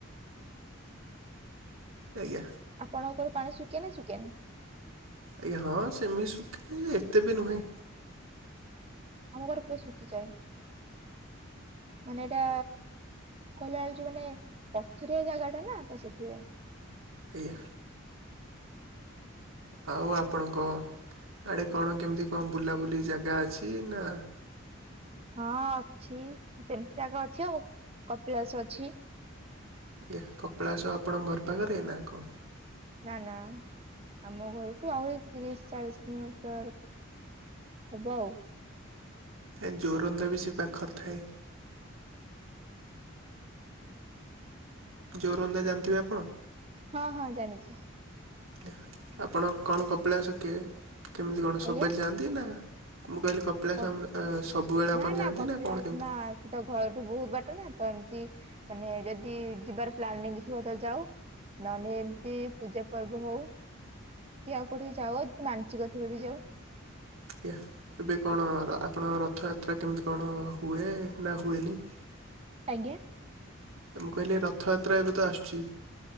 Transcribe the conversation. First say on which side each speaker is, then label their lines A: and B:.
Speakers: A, on the right (about 85°); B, on the right (about 30°).
A: ଆଜ୍ଞା।
B: ଆପଣଙ୍କ କୂଅରେ ପାଣି ଶୁଖିେ ନା ଶୁଖେନି।
A: ଆଜ୍ଞା ହଁ ସେମିତି ଶୁଖେ ଏତେ ବି ନୁହେଁ।
B: ଆମ ଘର କୂଅ ସୁଖୀ ଯାଏ ମାନେ ଏଇଟା କହିଲା ବେଳୁଛ ମାନେ ପଥୁରିଆ ଜାଗା ଟା ନା ତ ସେଥିପାଇଁ।
A: ଏଇଆ। ଆଉ ଆପଣଙ୍କ ଆଡେ କଣ କେମିତି କଣ ବୁଲାବୁଲି ଜାଗା ଅଛି ନା
B: ହଁ ଅଛି ସେମିତି ଜାଗ ଅଛି ଆଉ କପିଳାସ ଅଛି।
A: ଆଜ୍ଞା କପିଲାସ ଆପଣଙ୍କ ଘର ପାଖରେ ନା କଣ?
B: ନା ନା ଆମ ଘରଠୁ ଆହୁରି ତିରିଶ ଚାଳିଶ କିଲୋମିଟର। ହବ ଆଉ।
A: ଏ ଜୋରନ୍ଦା ବି ସେ ପାଖରେ ଥାଏ। ଜୋରନ୍ଦା ଜାଣିଥିବେ ଆପଣ।
B: ହଁ ହଁ ଜାଣିଚି।
A: ଆଜ୍ଞା ଆପଣ କଣ କପିଳାସ କିଏ କେମିତି କଣ ସବବେଳେ
B: ଆଜ୍ଞା
A: ଯାଆନ୍ତି ନା ମୁଁ କହିଲି କପିଳାସ
B: କ
A: ସବୁବେଳେ
B: ନା
A: ଆପଣାଆନ୍ତି
B: କପିଳାସ
A: ନା କଣ କେମିତି?
B: ନା ସେ ତ ଘରଠୁ ବହୁତ ବାଟ ନା ତ ଏମତି ମାନେ ଯଦି ଯିବାର ପ୍ଲାନଙ୍ଗ ଥିବ ତ ଯାଉ। ନହେଲେ ଏମିତି ପୂଜା ପର୍ବ ହଉ। କି ଆଉ କୋଉଠି ଯାଉ ମାନସିକ ଥିବେ ବି ଯାଉ।
A: ଆଜ୍ଞା ଏବେ କଣ ଆପଣଙ୍କ ରଥଯାତ୍ରା କେମିତି କଣ ହୁଏ ନା ହୁଏନି। <inaudible>
B: ଆଜ୍ଞା।
A: ମୁଁ କହିଲି ରଥଯାତ୍ରା ଏବେ ତ ଆସୁଛି।